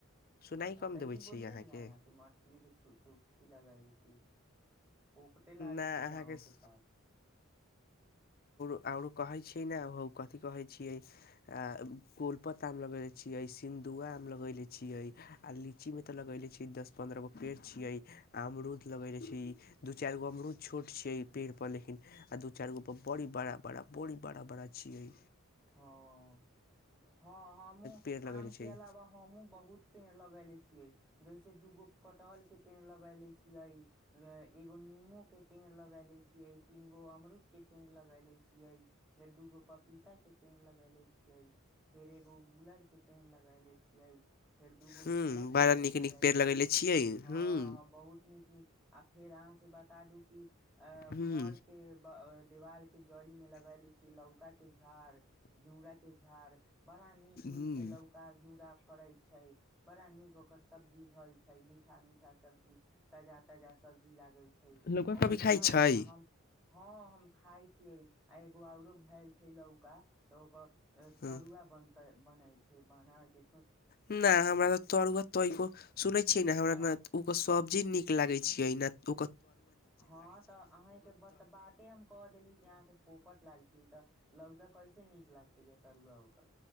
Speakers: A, on the left; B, in the centre.
A: सुनाइ
B: हँ
A: कम
B: तऽ
A: देबै
B: ई
A: छियै
B: बोलिये
A: अहाँके
B: ने कि मछली के सूट की लगाय ले छी पोपटे लाल
A: ना
B: छियै
A: अहाँके
B: आंहु के सब
A: औरो कहे छीयै ने हो कथि कहे छीयै अ गोल प्त मे लगेेले छीयै सि दुआ आम लगेेले छीये आ लीची में ते लगेेले छीये दस पंद्रह गो पेड़ छीये अमरूद लगे रहे छै ई दू चार गो अमरूद छोट छैे पेड़ पर लेकिन आ दू चार गो बड़ी बड़ा बड़ा बड़ी बड़ा बड़ा छीयै
B: हाँ हाँ हमूँ
A: पेड़ लगेले
B: आम के
A: छियै
B: अलावा हमहुँ बहुत पेड़ लगे ने छियै जैसे दूगो कटहल के पेड़ लगा ले छीये एगो नीमो के पेड़ लगा ले छियै तीन गो अमरुद के पेड़ लगेले छियै फेर दूगो पपीता के पेड़ लगेले छियै फेर एगो गुलर के पेड़ लगले छियै फेर दूगो
A: हूँ
B: केला के
A: बड़ा
B: पेड़
A: नीक
B: लगेले
A: नीक
B: छीयै
A: छियै
B: हाँ
A: हूँ
B: हम बहुत निक निक आ फेर अहाँ से बता दू कि अ घर
A: हूँ
B: के देवाल के जड़ी मे लगा ले छियै लौका के झाड़ घिउरा के झाड़ बड़ा नीक नीक
A: हूँ
B: से लौका घिउरा फड़ैत छै बड़ा नीक ओकर सब्जी भर छै मीठा मीठा सब्जी ताजा ताजा सब्जी लागे छै
A: लौका
B: और
A: कभी
B: बताबै
A: खाइ छै
B: छी हम हाँ हम खाय छी आ एगो औरो भ छै लौका तऽ ओकर
A: हँ
B: तरुआ बनतै बनै बनायके
A: नहि हमरा तऽ तोर तरूआ सुनै छियै ने हमरा
B: हँ
A: ओ सब्जी नीक लागै छीयै नहि
B: हाँ तऽ आहीके बत बाते हम क देली कि अहाँ के पोपट लाल छी तऽ लौका कैसे नीक लागते या तरुआ ओकर